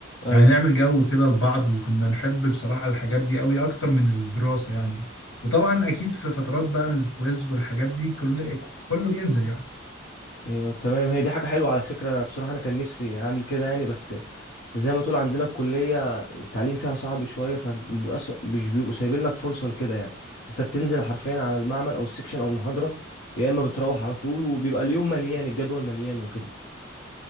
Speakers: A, on the left; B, on the left.
A: ايوه
B: يعني نعمل جو كده لبعض وكنا نحب بصراحة الحاجات دي قوي اكتر من الدراسة يعني وطبعا اكيد في فترات بقى الكويز والحاجات دي كل كله بينزل يعني
A: إيه تمام هي دي حاجة حلوة على فكرة أنا بصراحة انا كان نفسي اعمل كده يعني بس زي ما تقول عندنا الكلية التعليم فيها صعب شوية فبيبقى مش بيبقوا سايبين لك فرصة لكده يعني انت بتنزل حرفيا على المعمل او السكشن او المحاضرة يا اما بتروح على طول وبيبقى اليوم مليان الجدول مليان وكده